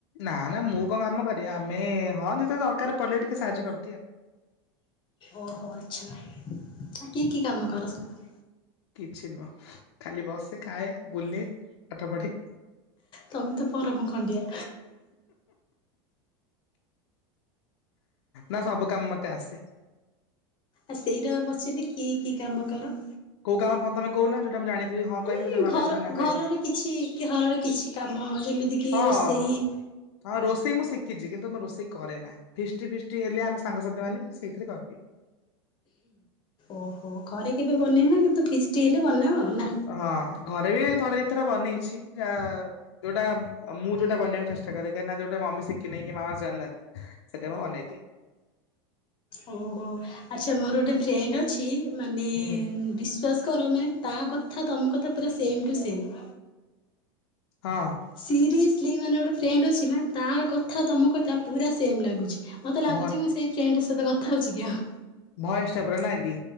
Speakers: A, on the left (about 80°); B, on the left (about 35°).
A: ନା ନା ମୁଁ କଣ କାମ କରେ ଆମେ ହଁ ଯେତେଳେ ଦରକାର୍ ପଡ଼ିଲେ ଟିକେ ସାହାଯ୍ୟ କରିଦିଏ ଆଉ।
B: ଓହୋ ଆଚ୍ଛା ଆଉ କି କି କାମ କର ସବୁ?
A: କିଛି ନୁହଁ ଖାଲି ବସେ, ଖାଏ, ବୁଲେ, ପାଠ ପଢେ।
B: ତମେ ତ ପରମ ଖଣ୍ଡିଆ।
A: ନା ସବୁ କାମ ମତେ ଆସେ।
B: ଆ ସେଇଟା ବା ପଚାରିଲି କି କି କାମ କର?
A: କୋଉ କାମ ପ୍ରଥମେ ତମେ କହୁ ନା ଯୋଉାଟା ମୁଁ ଜାଣିଥିବି
B: ମାନେ
A: କହିବି ଯୋଉଟା ନ
B: ଘର
A: ଜାଣିଥିବି ନା କହିବି
B: ଘରର କିଛି ଘରର କିଛି କାମ ଯେମିତି କିି
A: ହଁ।
B: ରୋଷେଇ
A: ହଁ ରୋଷେଇ ମୁଁ ଶିଖିଛି କିନ୍ତୁ ମୁଁ ରୋଷେଇ କରେ ନା। ଫିଷ୍ଟି ଫିଷ୍ଟି ହେଲେ ଆମେ ସାଙ୍ଗସାଥି ମାନେ ସେଇଥିରେ କରିଦିଏ।
B: ଓହୋ ଘରେ କେବେ ବନେଇନା କିନ୍ତୁ ଫିଷ୍ଟି ହେଲେ ବନାଅ ଆଉ ନା।
A: ହଁ ଘରେ ବି ଥରେ ଦି ଥରେ ବନେଇଛି ଯା। ଯୋଉଟା ମୁଁ ଯୋଉଟା ବନାଇବାକୁ ଚେଷ୍ଟା କରେ କାହିଁକିନା ଯୋଉଟା ମମି ଶିଖିନି କି ମାମା ଜାଣି ନାହାନ୍ତି। ସେଟା ମୁଁ ବନେଇଦିଏ।
B: ଓହ ଆଚ୍ଛା ମୋର ଗୋଟେ ଫ୍ରେଣ୍ଡ ଅଛି ମାନେ
A: ହୁଁ
B: ବି ଶ୍ୱାସ୍ କର ମାନେ ତା କଥା ତମ କଥା ପୁରା ସେମ୍ ଟୁ ସେମ୍। <inaudible>
A: ହଁ।
B: ସିରିଏସ୍ଲି ମାନେ ଗୋଟେ ଫ୍ରେଣ୍ଡ ଅଛି ତା କଥା ତମ କଥା ପୁରା ସେମ୍ ଲାଗୁଛି। ମତେ ଲାଗୁଛି
A: ଭ
B: କି ମୁଁ ସେଇ ଫ୍ରେଣ୍ଡ ସହିତ କଥା ହଉଛି କି ଆଉ।
A: ଭଏସ ଟା ପୁରା ନା କି